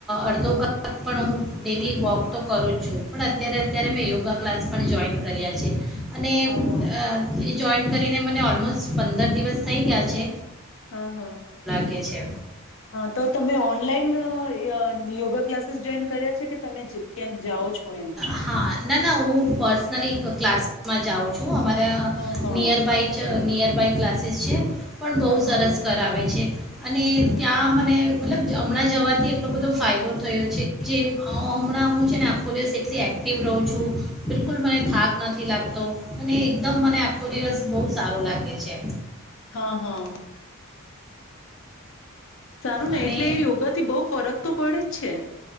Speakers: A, in the centre; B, on the left.
A: અડધો કલાક પણ હું ડેલી વોક તો કરું જ છું પણ અત્યારે અત્યારે મેં યોગા ક્લાસ પણ જોઈન કર્યા છે. અને
B: હા હા
A: અ જોઈન કરીને મને ઓલમોસ્ટ પંદર દિવસ થઈ ગયા છે.
B: હા હા
A: કે છે
B: હા તો તમે ઓનલાઈન ન યોગા ક્લાસીસ જોઈન કર્યા છે. કે તમે ક્યાંક જાઓ છો એમ
A: હા ના ના હું પ પર્સનલી એક ક્લાસમાં જાઉં છું. અમારે અ
B: હા હા
A: નીયર બાય ચ નીયર કઈક ક્લાસેસ છે પણ બહુ
B: હા
A: સરસ
B: હા
A: કરાવે છે અને
B: હમ
A: ત્યાં મને મતલબ હમણાં જવાથી એટલો બધો ફાયદો થયો છે જે હમણાં હું છે ને આખો દિવસ એટલી એક્ટિવ રહું છું. બિલકુલ મને થાક નથી લાગતો અને એકદમ મને આખો દિવસ બો સારો લાગે છે.
B: હા હા. સારું
A: અને
B: નહ એટલે યોગાથી બો ફરક તો પડે જ છે.